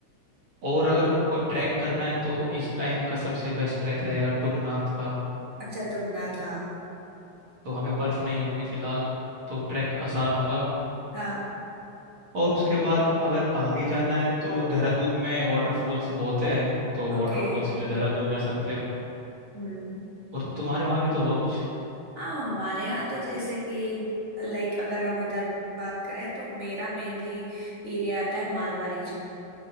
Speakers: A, on the right; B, on the right.
A: और अगर कोई ट्रैक करना है तो इस टाइम का सबसे बेस्ट ट्रैक रहेगा टुंगनाथ का
B: अच्छा तुंगनाथ हाँ
A: तो वहाँ पे बर्फ नहीं होगी फिलहाल तो ट्रैक आसान होगा
B: हाँ
A: और उसके बाद अगर आगे जाना है तो देहरादून में वाटरफॉल्स बहुत है तो
B: ओके
A: वाटरफॉल्स के लिए देहरादून जा सकते हो
B: हम्म
A: और तुम्हारे वहाँ भी तो होगा कुछ
B: हाँ हमारे यहाँ तो जैसे कि लाइक अगर हम इधर बात करें तो मेरा मेनली एरिया आता है मालवा रीजन